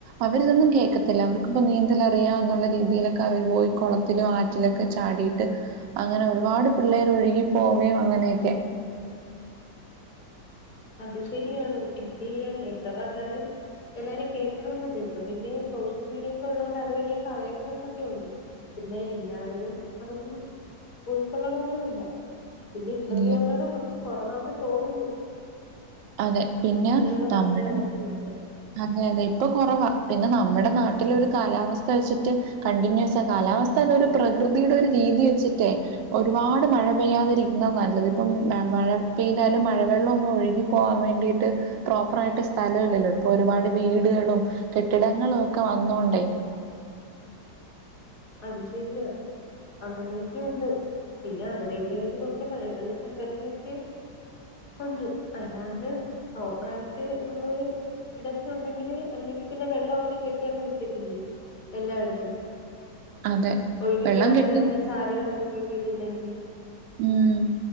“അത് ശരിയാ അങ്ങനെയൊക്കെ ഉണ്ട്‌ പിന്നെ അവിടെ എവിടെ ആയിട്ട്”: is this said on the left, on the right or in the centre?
Left